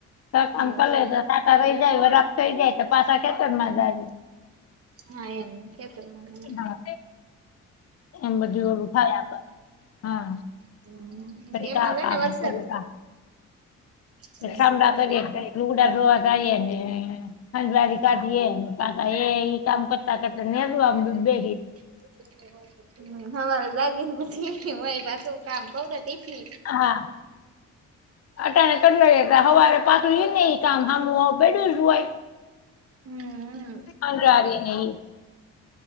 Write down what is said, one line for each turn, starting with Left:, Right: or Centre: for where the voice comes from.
Left: ઘર કામ
Right: એવું
Left: કર
Right: છે
Left: તો સાતા રહી જાય વરખ થઈ જાય તો પાસા ખેતરમાં જાઈને.
Right: હા એમ ખેતર માં
Left: હા
Right: <inaudible>
Left: એમ બધું ઓળું થાય આપણે, હા.
Right: <unintelligible>
Left: <unintelligible> કા કા
Right: હોય
Left: કામ
Right: ને વરસાદ
Left: કરીએ.
Right: હમ
Left: કામ રાખે ને કઈ લુગડા ધોવા જાઈએને. હંજવારી કાઢીએ પાસા એ ઈ કામ કરતા કરતા નેરવા બે
Right: <inaudible> હમ્મ હવારે જાગીનેય પાછા કામ કરતી.
Left: હા, અટાને કતલે, હવારે પાછું ઈ ને ઈ કામ હામુ પૈડું હોય.
Right: હમ
Left: અંગારીને ઈ.